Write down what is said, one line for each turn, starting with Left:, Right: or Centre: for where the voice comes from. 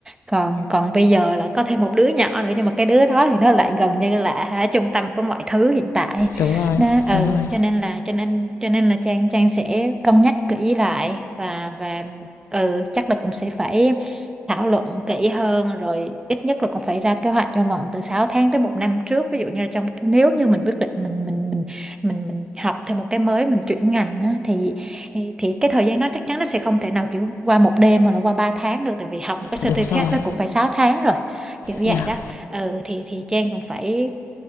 Right: còn còn bây giờ lại có thêm một đứa nhỏ nữa nhưng mà cái đứa đó thì nó lại gần như là hả, trung tâm của mọi thứ hiện tại
Left: Đúng rồi,
Right: nó ừ
Left: đúng rồi.
Right: cho nên là cho nên cho nên là Trang Trang sẽ cân nhắc kỹ lại và và ừ chắc là cũng sẽ phải thảo luận kỹ hơn rồi ít nhất là cũng phải ra kế hoạch trong vòng từ 6 tháng tới một năm trước ví dụ như là trong nếu như mình quyết định mình mình mình mình mình học thêm một cái mới mình chuyển ngành á, thì thì thì cái thời gian nó chắc chắn nó sẽ không thể nào kiểu qua một đêm mà là qua 3 tháng được tại vì học một cái certificate
Left: Đúng rồi.
Right: nó cũng phải 6 tháng rồi kiểu vậy
Left: Dạ. Yeah.
Right: đó ừ thì thì Trang cũng phải